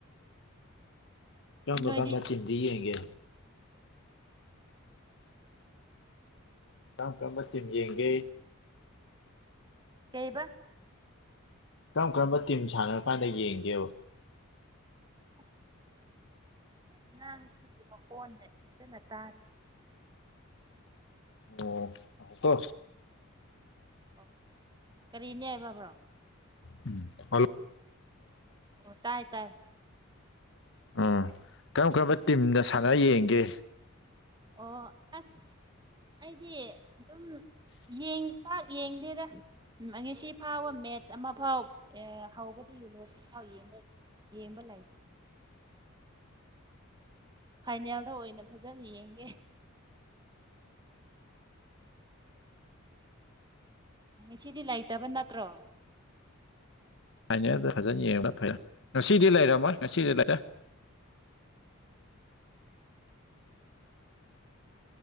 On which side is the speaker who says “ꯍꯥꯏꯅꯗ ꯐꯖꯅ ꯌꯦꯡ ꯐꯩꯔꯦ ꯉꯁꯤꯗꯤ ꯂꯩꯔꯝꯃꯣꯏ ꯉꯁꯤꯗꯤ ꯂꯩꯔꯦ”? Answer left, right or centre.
Left